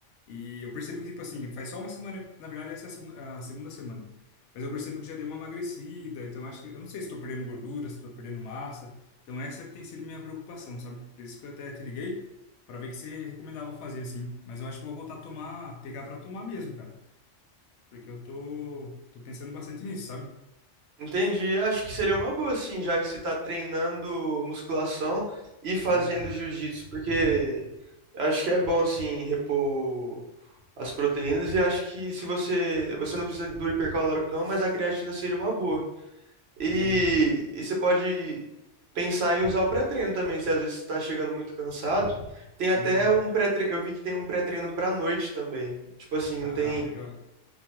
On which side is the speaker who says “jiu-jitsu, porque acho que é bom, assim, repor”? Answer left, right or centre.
Right